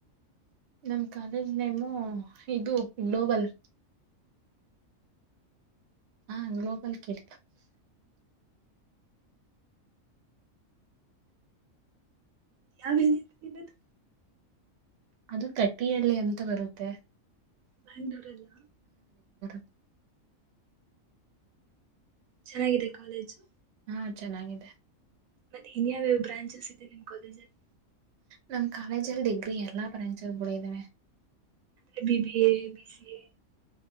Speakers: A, on the right; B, on the right.
A: ನಮ್ ಕಾಲೇಜ್ ನೇಮು ಇದು ಗ್ಲೋಬಲ್ ಹಾ ಗ್ಲೋಬಲ್ ಕೇಳ
B: ಯಾವ್ ಏರಿಯಾ ನೀವು ಇರೋದು
A: ಅದು ತಟ್ಟಿ ಹಳ್ಳಿ ಅಂತ ಬರುತ್ತೆ
B: ಬೆಂಗಳೂರಲ್ಲ
A: ಹ್ಮ
B: ಚೆನ್ನಾಗಿದೆ ಕಾಲೇಜು
A: ಹಾ ಚೆನ್ನಾಗಿದೆ
B: ಮತ್ತೆ ಇನ್ಯಾವ್ಯಾವ ಬ್ರಾಂಚಸ್ ಇದೆ ನಿಮ್ಮ್ ಕಾಲೇಜಲ್ಲಿ
A: ನಮ ಕಾಲೇಜಲ್ಲಿ ಡಿಗ್ರಿ ಎಲ್ಲಾ ಪಂಚದಗಳು ಇದಿದಾವೆ
B: ಅಂದೆ B B A B C A